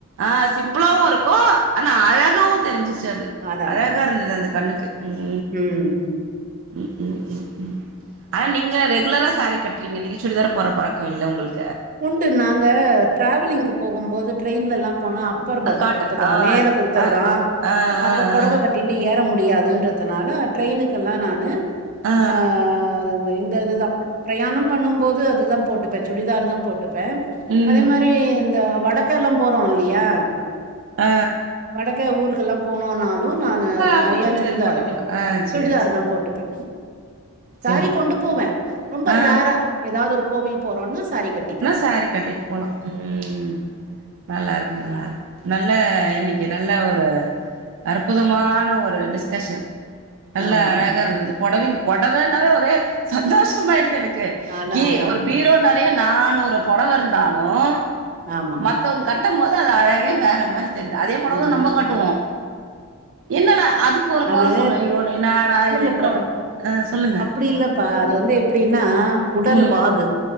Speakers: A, on the right; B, on the right.
A: ஆஹ் சிம்பிளாவு இருக்கு ஆனா அழகாவு தெரிஞ்சுச்சு <unintelligible>
B: அதான்,
A: அழகா
B: அதான்.
A: இருந்துது அந்த கண்ணுக்கு உம்
B: ம்.
A: ம் ம் ம் ம் ஆனா நீங்க ரெகுலரா சாரி கட்றீங்க நீங்க சுடிதாரு போற பழக்கோ இல்ல உங்குளுக்
B: உண்டு நாங்க டிராவலிங்க்கு போகும் போது ட்ரெயின் ல போனா அப் ப்பர் பர்த்து
A: ஆ காட்ட
B: குடுத்துட்றா
A: ஆ
B: மேல குடுத்துட்றா
A: ஆ ஆ
B: அப்ப
A: ஆ
B: பொடவ
A: ஆ
B: கட்டின்ட்டு ஏற மு முடியாதுன்றதுனால ட்ரெயினுக்கெல்லா நானு
A: ஆ
B: அ அந்த இந்த அது தா பிரயாணம் பண்ணும் போது அது தா போட்டுப்பே சுடிதார் தா போ ட்டுப்பே
A: ஆ ம்
B: அதே மாரி இந்த வடக்க எல்லா போறோ இல்லையா
A: அ
B: க்க ஊருக்கெல்லாம் போனோனாலு நானு
A: அப்ப
B: நெறைய
A: சுடிதார்
B: சுடிதா
A: போட்டுக்கலா
B: தா
A: ஆ சேரி
B: சுடிதாரு
A: சேரி
B: தா போட்டுப்பே சாரி
A: சேரிங்க
B: கொண்டு போவே ரொம்ப
A: ஆ
B: ரேரா எதாவ்து ஒரு கோ போவே போறோன்னு சேரி கட்டி
A: சேரி கட்டிட்டு போலாம் உம்ம் நல்லா இருக்கு நல்லா இரு நல்ல இன்னைக்கு நல்ல ஒரு அற்புதமான ஒரு டிஸ்கஷ்ஷன். நல்ல
B: ஆமா
A: அழகா இருந்தது பொடவைங் பொடவனாலே ஒரே சந்தோஷமாயிடுது எனக்கு
B: அதா
A: க்கு கீ
B: அதா
A: ஒரு பீரோ நானூறு பொடவ இருந்தாலும்
B: ஆமா
A: மத்தவங் கட் கட்டும் போது அது அழகே வேற மாறி. தெரில அதே பொடவதான்
B: ம்
A: நம்ப கட்டுவோம், என்னடா அதுக்கு ஒரு
B: அது
A: கொற சொன்னே ஐயோ என்னடா
B: இல்லல்லகொ
A: இதுன்ற மா ஆ சொல்லுங்க
B: அப்படி இல்லப்பா அது வந்து எப்டின்னா, உடல்
A: ம்
B: வாகு,